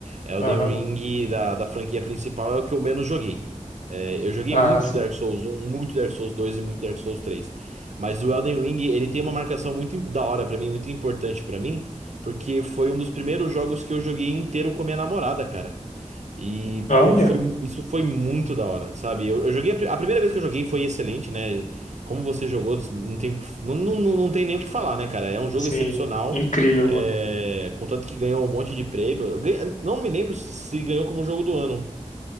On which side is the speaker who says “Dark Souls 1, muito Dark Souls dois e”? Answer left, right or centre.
Right